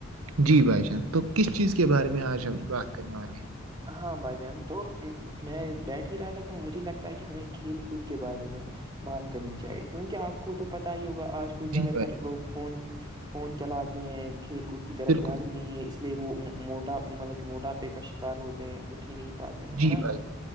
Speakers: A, on the right (about 85°); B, on the right (about 20°).
A: جی بھائی جان تو کس چیز کے بارے میں آج ہم بات کرنے والے ہیں
B: ہاں بھائی جان تو میں بیٹھ ہی رہا تھا تو مجھے لگتا ہے کہ ہمیں کھیل کود کے بارے میں بات کرنی چاہیے کیونکہ آپ کو تو پتا ہی ہوگا آج ب زیادہ
A: جی بھائی
B: تر
A: جان،
B: لوگ فون فون چلاتے ہیں کھیل کود کی طرف
A: بالکل
B: دھیان ہی
A: صحیح۔
B: نہیں ہے اس اس لیے وہ موٹا مطلب کہ موٹاپے کا شکار ہوتے ہیں اٹھی نہیں پاتے ہیں ہے
A: جی
B: نا
A: بھائی